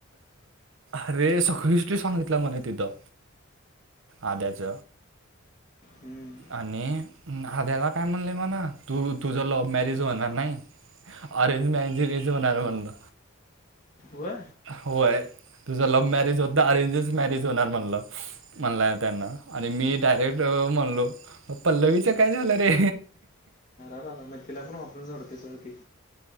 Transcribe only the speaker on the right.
अरे सगळी हिस्ट्री सांगितलं म्हणे तिथं. आद्याच
आणि आद्याला काय म्हणले म्हणा तू तुझं लव्ह मॅरेज होणार नाही, अरेंज मॅरेजच होणार म्हणला.
होय, तुझं लव्ह मॅरेज होतं नाही, अरेंजच मॅरेज होणार म्हणला. म्हणलाय त्यांना आणि मी डायरेक्ट म्हणलो, पल्लवीचं काय झालं रे?